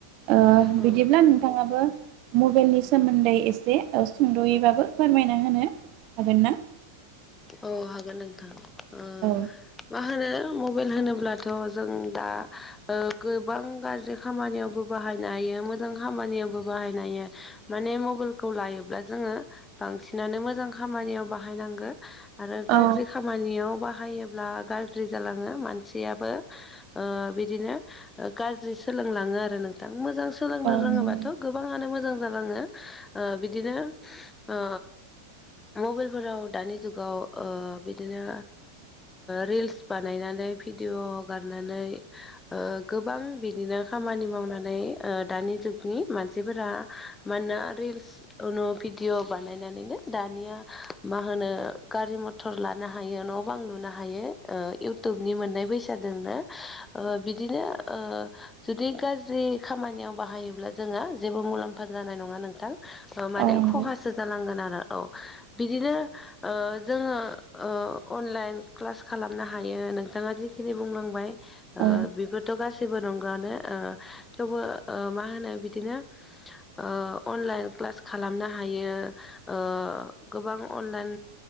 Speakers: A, on the right; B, on the left.
A: ओ
B: औ
A: बिदिब्ला
B: औ
A: नोंथाङाबो मबाइलनि सोमोन्दै एसे सुंद'यैबाबो फोरमायना होनो हागोन ना?
B: औ हागोन नोंथां ओ
A: औ
B: मा होनो मबाइल होनोब्लाथ' जों दा ओ गोबां गाज्रि खामानियावबो बाहायनो हायो मोजां खामानियावबो बाहायनो हायो। माने मबाइलखौ लायोब्ला जोङो बांसिनानो मोजां खामानियाव बाहायनांगो। आरो गाज्रि
A: औ
B: खामानियाव बाहायोब्ला गाज्रि जालाङो मानसियाबो। ओ बिदिनो गाज्रि सोलोंलाङो आरो नोंथां मोजां सोलोंनो रोङोबाथ'
A: नंगौ
B: गोबाङानो मोजां जालाङो ओ बिदिनो ओ मबाइलफोराव दानि जुगाव ओ बिदिनो रिल्स बानायनानै भिडिअ हगारनानै ओ गोबां बिदिनो खामानि मावनानै ओ दानि जुगनि मानसिफोरा मानोना रिल्स उनु भिडिअ बानायनानैनो दानिया मा होनो गारि मथर लानो हायो न' बां लुनो हायो ओ इउटुब नि मोननाय फैसादोंना ओ बिदिनो ओ जुदि गाज्रि खामानियाव बाहायोब्ला जोंहा जेबो मुलाम्फा जानाय नङा नोंथां। माने
A: औ
B: खहासो
A: नंगौ
B: जानांगोन आरो औ बिदिनो ओ जोङो ओ अनलाइन क्लास खालामनो हायो नोंथाङा जिखिनि बुंलांबाय। ओ
A: औ
B: बिफोर थ' गासैबो नंगौआनो ओ थेवबो मा होनो बिदिनो ओ अनलाइन क्लास खालामनो हायो। ओ गोबां अनलाइन